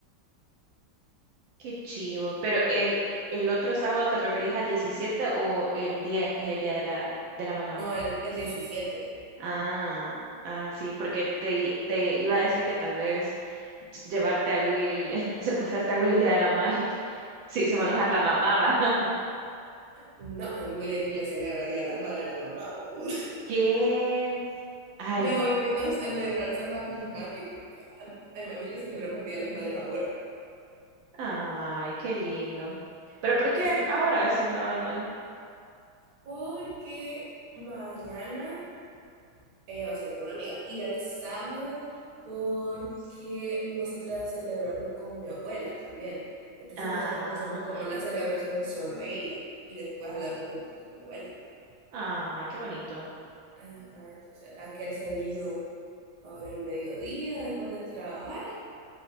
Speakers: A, on the right; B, on the right.
A: Qué chivo. Pero el, el otro sábado te referís al 17 o el 10 que es el día de la, de la mamá.
B: No, el, el diecisiete
A: Ah, ah, sí, porque te, i- te iba a decir que tal vez ll- llevarte a Will, <laughs> secuestrarte a Will el día de la mamá. y- <laughs> Sí, se va a enojar la mamá, va. <laughs>
B: No, y William ni le celebra el Día de la Madre a la Mamá. Oh.
A: ¿Qué? Ay,
B: Mejor
A: no.
B: vino a celebrárselo a mi mami, porque a, a mi mami le celebramos el Día de las Madres ahora.
A: Ay, qué lindo. Pero ¿por
B: Entonces,
A: qué ahora? Si no, ahora no hay.
B: porque mañana ella va a salir con una amiga y el sábado porque nosotras celebramos con mi abuela también. Entonces,
A: Ah,
B: nosotras le hacemos como una celebración solo a ella y después a las dos juntas con mi abuela.
A: ay, qué bonito.
B: Ajá, entonces aquel se vino ahora el mediodía después de trabajar,